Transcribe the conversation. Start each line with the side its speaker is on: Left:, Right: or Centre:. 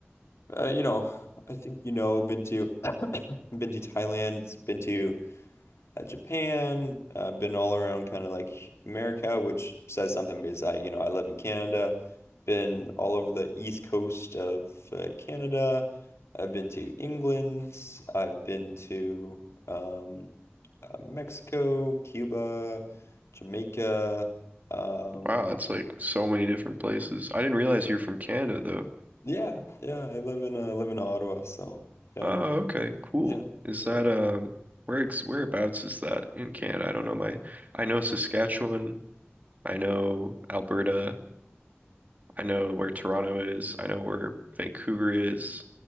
Left: uh, you know, I think you know, been to <coughs> been to Thailand, been to uh, Japan, uh, been all around kind of like America, which says something because I, you know, I live in Canada, been all over the east coast of uh, Canada. I've been to England, I've been to um, uh, Mexico, Cuba, Jamaica. Um,
Right: Wow, it's like so many different places. I didn't realize you're from Canada though.
Left: yeah, yeah, I live in uh, live in Ottawa, so yeah,
Right: Oh, okay, cool.
Left: yeah,
Right: Is that
Left: yeah.
Right: um where ex whereabouts is that in Canada? I don't know my I know Saskatchewan, I know Alberta, I know where Toronto is, I know where Vancouver is